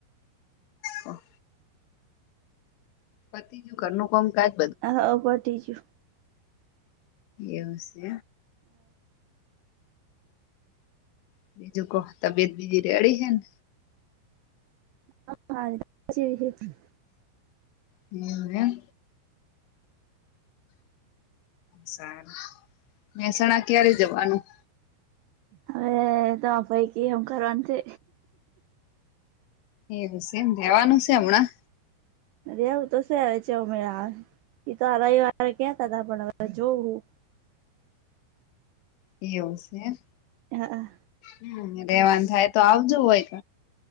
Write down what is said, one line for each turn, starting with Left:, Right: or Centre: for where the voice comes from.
Left: હ પતિ ગયુ ઘરનું કોમ કાજ
Right: હ અ પતી ગયુ.
Left: એવુ સે એમ બીજું કો તબિયત બીજી રેડી હે ને
Right: <unintelligible>
Left: એવુ એમ સારું મહેસાણા ક્યારે જવાનું?
Right: હવે તો પૈકી એમ કરવાનું છે.
Left: એવું સે એમ જવાનુ સે હમણાં
Right: રેવુ તો શે અમણા હાલ છેમે એ તો રવિવારે કતા <unintelligible> હતાા પણ હવે જોવું
Left: એવું સે એમ
Right: હા હા
Left: હમ રહેેવાનું થાય તો આવજો વયક